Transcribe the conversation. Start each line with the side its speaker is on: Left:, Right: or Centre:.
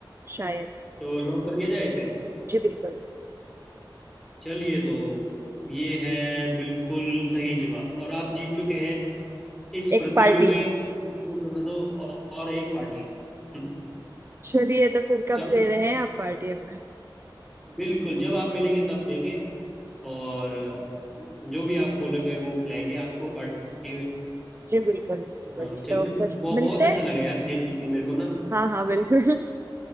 Right: शायद
Centre: तो लॉक कर दिया जाए इसे
Right: जी बिल्कुल
Centre: चलिए तो ये है बिल्कुल सही जवाब और आप जीत चुके हैं इस
Right: एक
Centre: प्रतियोगिता
Right: पार्टी
Centre: प्रतियोगिता तो और एक पार्टी <laughs>
Right: चलिए तो फिर कब
Centre: चलो
Right: दे रहे हैं आप पार्टी हमें
Centre: बिल्कुल जब आप मिलेंगे तब देंगे और जो भी आप बोलेंगे वो खिलाएंगे आपको पार्टी में
Right: जी बिल्कुल बिल्कुल
Centre: हाँ चलिए
Right: तो फिर
Centre: बहु,
Right: मिलते
Centre: बहुत
Right: हैं
Centre: अच्छा लगा यार खेल के मेरे को ना
Right: हाँ हाँ बिल्कुल